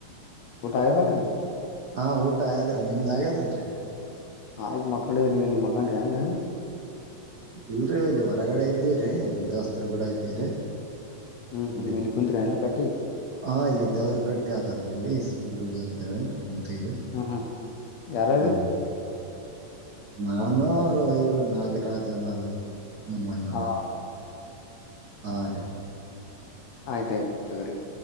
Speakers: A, on the left (about 65°); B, on the right (about 75°).
A: ಊಟ ಆಯದಟ
B: ಹಾ ಊಟ ಆದದ್ರಿ ನಿಮ್ದ್ ಹಾಗಗ್ಯದಲ್ರರಿ
A: ಆಯಗ ಮಕ್ಕೊಂಡ್ರ ನೀ ಅಲ್ಲಿ ಮಗಂಡ್ರ ಅನ್ ಮವು
B: ಇಲ್ರೀ ಇಲ್ಲಿ ಹೊರಗಡೆ ಇದ್ದೀವ್ರೀ ಒ ದೋಸ್ತರು ಕೂಡ ಇದ್ದೀರಿ
A: ಹ್ಮ್ ಹ್ಮ್
B: ಇಲ್ಲಿ
A: ಕುಂತ್ರಿ ಏನ್ರಿ ಕಟ್ಟಿ
B: ಹಾ ಇಲ್ಲಿ ದವರು ಕಟ್ಟೆ ಆಲ್ರು ಇಲ್ಲಿ ಪರುಗಡಿ ಅಂತ ಹೇಳಿ ಕುಂತೀವ್ರಿ
A: ಹ್ಮ ಹ್ಮ ಹ್ಮ ಯಾರಾರಾರ
B: ಹಾ ನಾನು ಅವರು ಇರು ನಾಗ ರಾಜ ನಾರಾಯಣ್ ನಮ್ಮಣ್ಣರ
A: ಹಾ
B: ಆರು
A: ಆಯ್ತಾಯ್ತು ತಗ್ರಿ